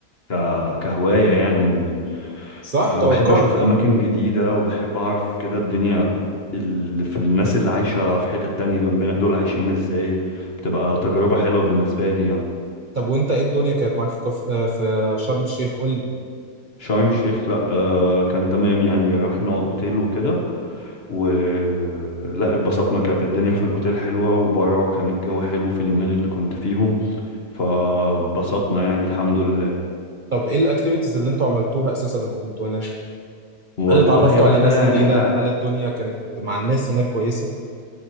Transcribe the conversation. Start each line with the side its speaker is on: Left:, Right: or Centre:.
Left: ك... كهواية يعني
Right: صح
Left: آه
Right: توقعت
Left: بحب اشوف اماكن جديدة وبحب اعرف كده الدنيا اللي في الناس اللي عايشة في حتة تانية جنبنا دول عايشين ازاي بتبقى تجربة حلوة بالنسبة لي يعني
Right: طب وانت ايه الدنيا كانت معاك في كف... آه، في شرم الشيخ قول لي
Left: شرم الشيخ لا آه كان تمام يعني رحنا اوتيل وكده ولا اتبسطنا كانت الدنيا في الاوتيل حلوة وبره كان الجو حلو في اليومين اللي كنت فيهم فبسطنا يعني الحمد لله
Right: طب ايه الاكتيفيتيز اللي انتوا عملتوها اساسا لما كنتوا هناك
Left: والله
Right: هل اتعرفتوا
Left: يا باشا
Right: على ناس جديدة
Left: انت ع-
Right: هل الدنيا كانت مع الناس هناك كويسة